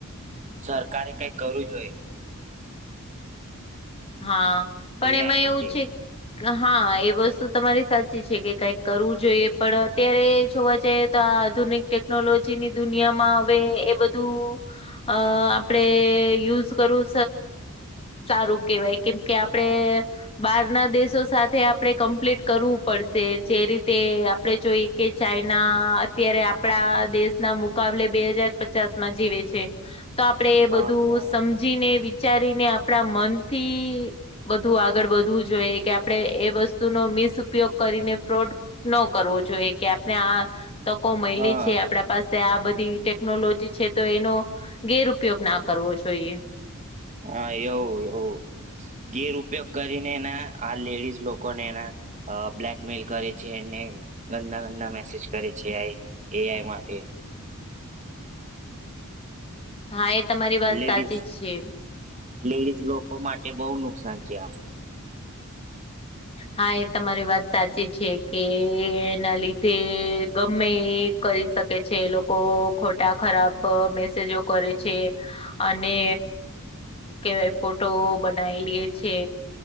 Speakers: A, on the right (about 35°); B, on the left (about 25°).
A: સરકારે કઈ કરવું જોએ.
B: હા પણ
A: એઆઈ
B: એમાં
A: માટે
B: એવું છે હા એ વસ્તુ તમારી સાચી છે કે કઈક કરવું જોઈએ પણ અત્યારે જોવા જઈ આધુનિક ટેકનોલોજીની દુનિયામાં હ એ બધું અ આપડે યુઝ કરું ચારું કેવાય કેમ કે આપડણે બહાર ના દેશો સાથે આપણે કમ્પ્લીટ કરવું પડશે જે રીતે આપણે જોઈ કે ચાઈના અત્યારે આપડા દેશ ના મુકાબલે બે હજાર પચાસ માં જીવે છે. તો આપણેે એ
A: હા
B: બધું
A: હા
B: સમજીને વિચારીને આપણા મનથી બધું આગળ વધવું જોઈએ કે આપણે એ વસ્તુનો મિસ ઉપયોગ કરીને ફ્રોડ ન કરવો જોઈએ કે આપણે આ તકો મળલી
A: હા
B: છે આપડા પાસે આ બધી ટેકનોલોજી છે તો એનો ગેરપયોગ ના કરવો જોઈએ.
A: હા એવ એવ ગેર ઉપયોગ કરીને એના આ લેડીઝ લોકોને એના. અ બ્લેકમેલ કરે છે ને ગંદા ગંદા મેસેજ કરે છે આઈ એ આઈ માથી,
B: હા એ તમારી
A: લેડીઝ
B: સાચી જ છે.
A: લેડીઝ લોકો મા તે બહુ નુકસાન છે આ,
B: હા એ તમારી વાત સાચી છે કે એના લીધે ગમે, કરી શકે છે લોકો ખોટા ખરાબ મેસેજો કરે છે. અને કેવાય ફોટો બનાઈ લે છે.